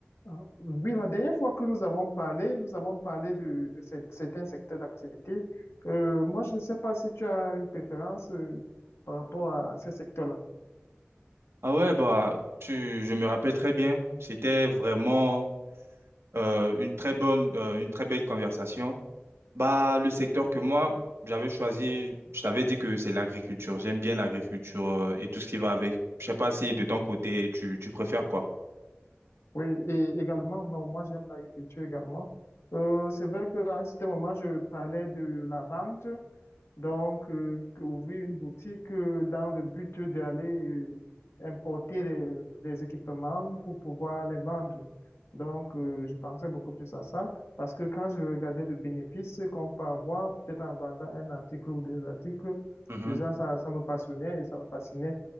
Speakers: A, on the left; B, on the right.
A: Ah, oui, la dernière fois que nous avons parlé, nous avons parlé de, de cet- certains secteurs d'activité. Euh, moi, je ne sais pas si tu as une préférence euh, par rapport à ces secteurs-là.
B: Ah ouais, bah, tu, je me rappelle très bien. C'était vraiment euh, une très bonne, euh, une très belle conversation. Bah, le secteur que moi, j'avais choisi, je t'avais dit que c'est l'agriculture. J'aime bien l'agriculture euh, et tout ce qui va avec. Je sais pas si de ton côté, tu, tu préfères quoi?
A: Oui, et également, non, moi j'aime l'agriculture également. Euh, c'est vrai qu'à un certain moment, je parlais de la vente, donc euh, que- ouvrir une boutique euh, dans le but d'aller euh, importer les, les équipements pour pouvoir les vendre. Donc, euh, je pensais beaucoup plus à ça, parce que quand je regardais le bénéfice qu'on peut avoir, peut-être en vendant un article ou deux articles,
B: Mhm.
A: déjà ça, ça me passionnait et ça me fascinait.